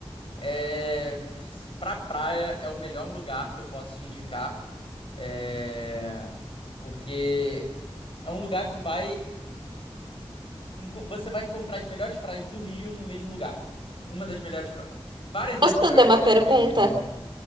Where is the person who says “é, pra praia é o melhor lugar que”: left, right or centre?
Left